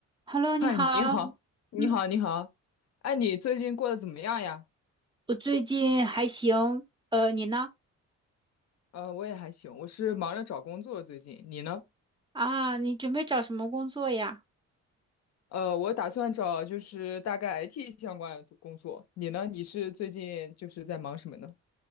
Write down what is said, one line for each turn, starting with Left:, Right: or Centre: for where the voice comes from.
Right: Hello，你好。
Left: 嗨，你好，你好，
Right: 嗯，
Left: 你好，哎，你最近过得怎么样呀？
Right: 我最近还行。呃，你呢？
Left: 呃，我也还行，我是忙着找工作最近，你呢？
Right: 啊，你准备找什么工作呀？
Left: 呃，我打算找就是大概 IT 相关的工作，你呢？你是最近就是在忙什么呢？